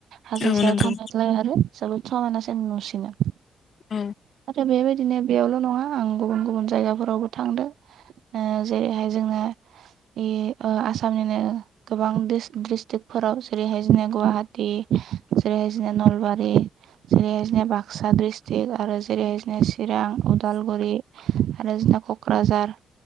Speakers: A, on the right (about 80°); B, on the left (about 50°).
A: हाजो
B: औ नंगौ
A: सायाव थानायलाय आरो जोबोद समायनासिन नुसिनो
B: औ
A: नाथाय बेबायदि बिदिनो बेयावल' नङा आं गुबुन गुबुन जायगाफोरावबो थांदों ओ जेरैहाय जोङो बे आसामनिनो गोबां दिस्ट्रिकफोराव जेरैहाय जोंना गुवाहाटि जेरैहाय‌ जोंना नलबारि जेरैहायदिनो बाक्सा डिस्ट्रिक्ट आरो जेरैनो चिरां उदाल गुरि आरो जोंना क'क्राझार